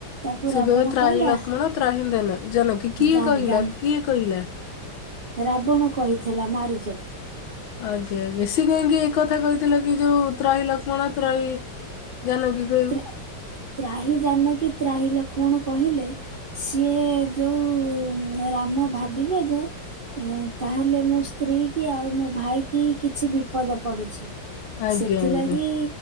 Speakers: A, on the right (about 50°); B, on the left (about 80°).
A: ତାକୁ
B: ସେକହିବ
A: ରାବଣ
B: ତ୍ରାହି
A: କହିଲା
B: ଲକ୍ଷ୍ମଣ ତ୍ରାହିନ୍ଦନ ଜାନକି କିଏ
A: ଜାନ୍
B: କହିଲା
A: ଜାନ୍
B: କିଏ କହିଲା?
A: ରାବଣ କହିଥିଲା ମାରିଚକୁ।
B: ଆଜ୍ଞା ବେଶୀ କାହିଁକି ଏକଥା କହିଥିଲେ କି ଯୋଉ ତ୍ରାହି ଲକ୍ଷ୍ମଣ ତ୍ରାହି। ଜାନକୀ କହିବୁ
A: ତ୍ରାହି ଜାନକି ତ୍ରାହି ଲକ୍ଷ୍ମଣ କହିଲେ ସିଏ ଯୋଉ ରାମ ଭାବିବେ ଯେ ଏ ତାହେଲେ ମୁଁ ସ୍ତ୍ରୀ କି ଆଉ ମୋ ଭାଇ କି କିଛି ବିପଦ ପଡିଛି
B: ଆଜ୍ଞା
A: ସେଥିଲାଗି
B: ଆଜ୍ଞା